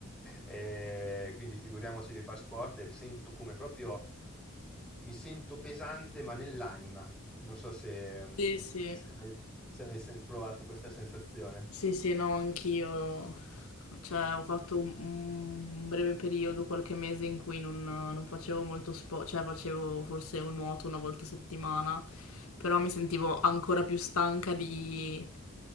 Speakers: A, in the centre; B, on the left.
A: E quindi figuriamoci di far sport e sento come proprio, mi sento pesante ma nell'anima. Non so se, mm,
B: Sì, sì.
A: se hai mai, se hai mai sen- provato questa sensazione.
B: Sì, sì, no, anch'io. Cioè, ho fatto un, un breve periodo, qualche mese in cui non, non facevo molto sport, cioè facevo forse un nuoto una volta a settimana, però mi sentivo ancora più stanca di,